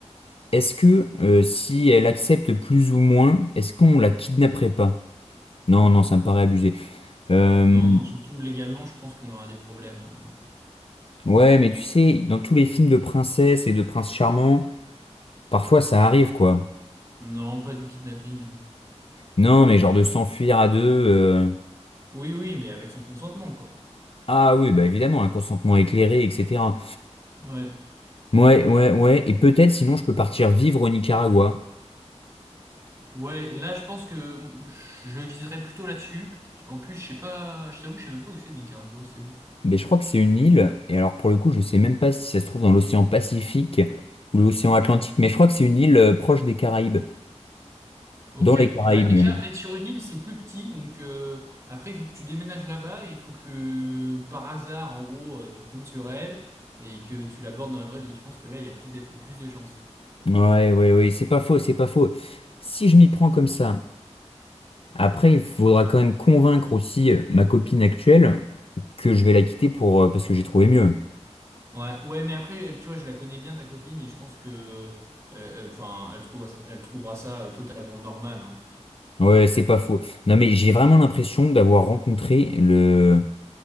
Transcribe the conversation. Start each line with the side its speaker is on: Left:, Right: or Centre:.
Left: est-ce que euh, si elle accepte plus ou moins, est-ce qu'on la kidnapperait pas? Non, non, ça me paraît abusé. Euh,
Right: Non, non, surtout légalement, je pense qu'on aura des problèmes. euh.
Left: ouais, mais tu sais, dans tous les films de princesses et de princes charmants, parfois ça arrive quoi.
Right: Non, pas du kidnapping. hein.
Left: Non, mais genre de s'enfuir à deux. euh,
Right: Oui, oui, mais avec son consentement, quoi.
Left: Ah oui, bah évidemment, un consentement éclairé, etc.
Right: Ouais.
Left: Ouais, ouais, ouais. Et peut-être sinon je peux partir vivre au Nicaragua.
Right: Ouais, là, je pense que je viserais plutôt là-dessus. En plus, je sais pas, je t'avoue, je sais même pas où c'est Nicaragua, c'est où?
Left: Mais je crois que c'est une île. Et alors pour le coup, je sais même pas si ça se trouve dans l'océan Pacifique ou l'océan Atlantique. Mais je crois que c'est une île euh, proche des Caraïbes.
Right: Ok,
Left: Dans les Caraïbes
Right: bah déjà
Left: même.
Right: être sur une île c'est plus petit donc euh, après il faut que tu déménages là-bas et il faut que par hasard en gros euh, tu tombes sur elle et que tu l'abordes dans la vraie vie. Je pense que là il y a plus de, plus de chances.
Left: Ouais, ouais, ouais. C'est pas faux, c'est pas faux. Si je m'y prends comme ça, après il faudra quand même convaincre aussi euh, ma copine actuelle que je vais la quitter pour euh, parce que j'ai trouvé mieux.
Right: Ouais, ouais mais après tu vois je la connais bien ta copine et je pense que euh, euh, enfin elle trouvera, elle trouvera ça euh, totalement normal. hein.
Left: Ouais, c'est pas faux. Non mais j'ai vraiment l'impression d'avoir rencontré le